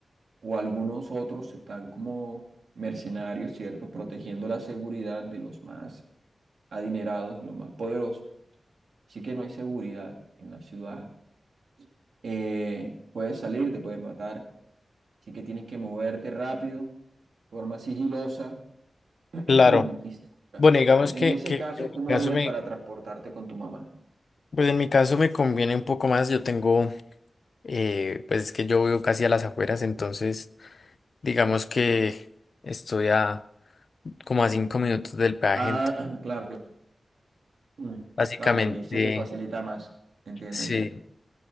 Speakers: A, on the right; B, on the left.
A: o algunos otros están como mercenarios, ¿cierto? Protegiendo la seguridad de los más adinerados y los más poderosos. Así que no hay seguridad en la ciudad eh, puedes salir, te puedes matar. Así que tienes que moverte rápido, forma sigilosa <clears throat>
B: Claro.
A: y segura.
B: Bueno, digamos
A: En
B: que,
A: ese
B: que
A: caso,
B: en mi
A: ¿cómo
B: caso
A: harías
B: me,
A: para transportarte con tu mamá?
B: pues en mi caso me conviene un poco más. Yo tengo, eh, pues es que yo vivo casi a las afueras, entonces digamos que estoy a como a cinco minutos del peaje,
A: Ah, <clears throat> claro, claro. Mm,
B: Básicamente,
A: Claro que a ti se te facilita más. Entiendo,
B: sí,
A: entiendo.